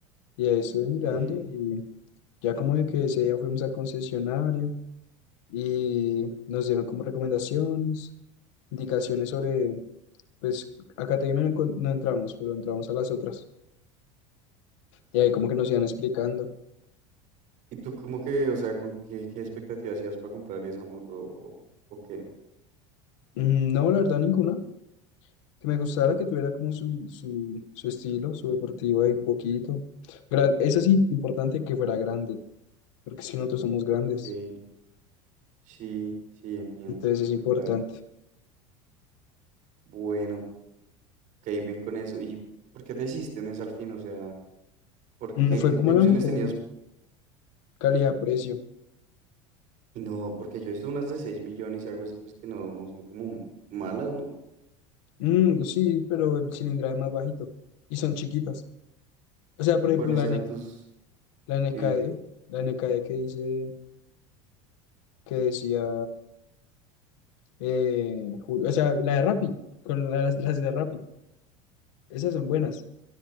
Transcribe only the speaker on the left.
y ahí estuve mirando
y ya como de que ese día fuimos al concesionario y nos dieron como recomendaciones, indicaciones sobre, pues, acá te no encon- no entramos, pero entramos a las otras, y ahí como que nos iban explicando.
Mm, No, la verdad, ninguna. que me gustara, que tuviera como su, su, su estilo, su deportivo ahí un poquito. Gran, eso sí, importante que fuera grande, porque si nosotros somos grandes,
entonces
es importante.
Mm,
fue
como
la mejor
calidad-precio.
Mm, sí, pero el cilindraje es más bajito y son chiquitas. O sea, por
ejemplo, la,
N-
la NKD,
la NKD que dice, que decía, eh, Ju- o sea, la de Rappi, con las, las de Rappi, esas son buenas.